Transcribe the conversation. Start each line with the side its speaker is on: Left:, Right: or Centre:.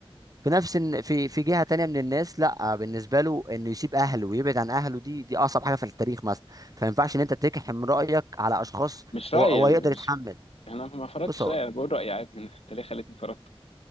Right: في نفس إن- في في جهه تانية من الناس لا بالنسبه له انه يسيب اهله ويبعد عن اهله دي دي اصعب حاجه في التاريخ مثلا فما ينفعش ان انت تكحم رايك على اشخاص
Left: مش رايي
Right: هو هو
Left: يعني
Right: يقدر
Left: مش
Right: يتحمل
Left: يعني انا ما فرضتش
Right: بص هو
Left: رايي انا بقول رايي عادي <laughs> انت ليه خليتني فرضت